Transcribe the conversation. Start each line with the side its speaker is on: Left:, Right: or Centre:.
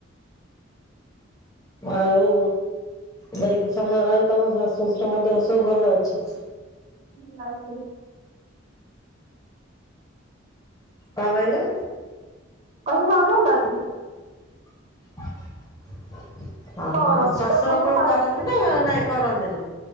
Left: ଆଉ ଯାଇକି ସମ ଆଉ ତମ ଶାଶୁ ଶ୍ୱଶୁର ଦେହ ସବୁ ଭଲ ଅଛି।
Right: ସି <inaudible>
Left: କଣ କହିଲ?
Right: ହଁ ଭଲ ଅଛି।
Left: <inaudible>
Right: କରିନ୍ତି
Left: ଶାଶୁର
Right: ତ ସବୁ
Left: କଣ
Right: <inaudible>
Left: କରନ୍ତି ନା ନାଇଁ କରନ୍ତିନି?